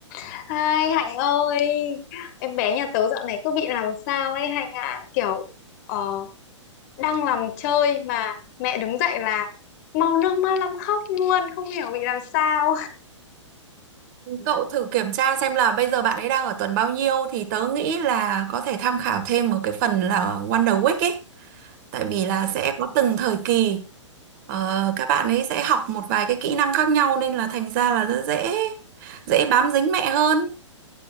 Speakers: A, on the left (about 35°); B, on the right (about 40°).
A: Hai Hạnh ơi, em bé nhà tớ dạo này cứ bị làm sao ấy Hạnh ạ, kiểu ờ, đang làm chơi mà mẹ đứng dậy là mau nước mắt lắm khóc luôn, không hiểu bị làm sao.
B: Cậu thử kiểm tra xem là bây giờ bạn ấy đang ở tuần bao nhiêu thì tớ nghĩ là có thể tham khảo thêm ở cái phần là Wonder Week ấy. Tại vì là sẽ có từng thời kỳ ờ, các bạn ấy sẽ học một vài cái kỹ năng khác nhau nên là thành ra là rất dễ dễ bám dính mẹ hơn.